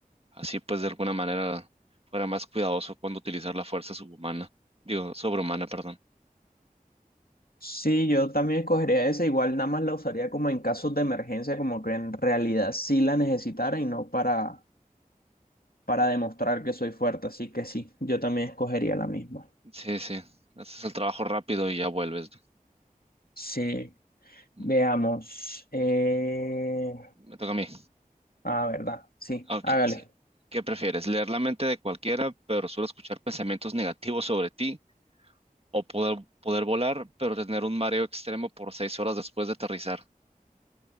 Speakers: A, on the right; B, on the left.
A: Así pues, de alguna manera fuera más cuidadoso cuando utilizar la fuerza subhumana, digo, sobrehumana, perdón.
B: Sí, yo también escogería esa, igual nada más la usaría como en casos de emergencia, como que en realidad sí la necesitara y no para, para demostrar que soy fuerte, así que sí, yo también escogería la misma.
A: Sí, sí, haces el trabajo rápido y ya vuelves.
B: Sí,
A: ¿no?
B: veamos. Eh...
A: Me toca a mí.
B: Ah, verdad, sí,
A: Ah, Ok,
B: hágale.
A: sí. ¿Qué prefieres? ¿Leer la mente de cualquiera, pero solo escuchar pensamientos negativos sobre ti? ¿O poder, poder volar, pero tener un mareo extremo por seis horas después de aterrizar?